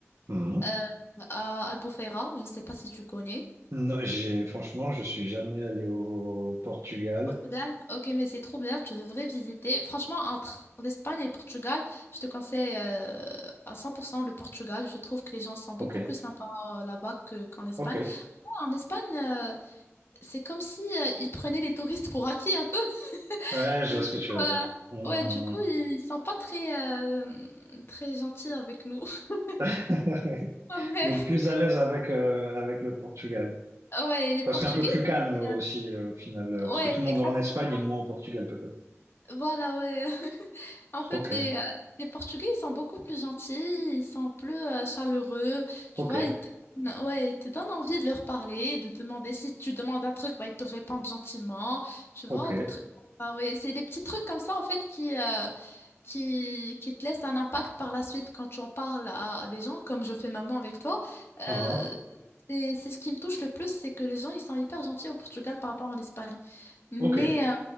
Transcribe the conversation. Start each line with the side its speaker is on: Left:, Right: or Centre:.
Right: Hum.
Left: euh, à Albufeira. Je sais pas si tu connais.
Right: Non, j'ai, franchement, je suis jamais allé au Portugal.
Left: Portugal? Ok, mais c'est trop bien. Tu devrais visiter. Franchement, entre l'Espagne et le Portugal, je te conseille euh, à 100% le Portugal. Je trouve que les gens sont beaucoup
Right: Ok.
Left: plus sympas euh, là-bas que, qu'en Espagne.
Right: Ok. Ouais,
Left: En Espagne, euh, c'est comme si euh, ils prenaient les touristes pour acquis un peu.
Right: je
Left: Du
Right: vois ce
Left: coup,
Right: que tu veux
Left: euh,
Right: dire. Hum.
Left: ouais, du coup, ils sont pas très, euh, très gentils avec nous. <laughs>
Right: <laughs>
Left: Ouais,
Right: Donc plus à l'aise avec euh, avec le Portugal.
Left: ouais, les
Right: Parce
Left: Portugais,
Right: qu'un peu plus
Left: ils
Right: calme
Left: étaient,
Right: euh, aussi euh, au final. euh, Parce
Left: euh, ouais,
Right: que tout le monde
Left: exactement.
Right: va en Espagne et moins au Portugal peut-être.
Left: Voilà, ouais. <laughs> En fait,
Right: Ok.
Left: les, euh, les Portugais, ils sont beaucoup plus gentils, ils sont plus euh, chaleureux, tu
Right: Ok.
Left: vois, ils te, ouais, ils te donnent envie de leur parler, de demander si tu demandes un truc, bah, ils te répondent gentiment, tu vois,
Right: Ok.
Left: des trucs. Ah ouais, c'est des petits trucs comme ça, en fait, qui, euh, qui, qui te laisse un impact par la suite quand tu en parles à à des gens, comme je fais maintenant avec toi.
Right: Ah, ah.
Left: Euh, c'est c'est ce qui me touche le plus, c'est que les gens, ils sont hyper gentils au Portugal par rapport en Espagne. Mais,
Right: Ok.
Left: euh,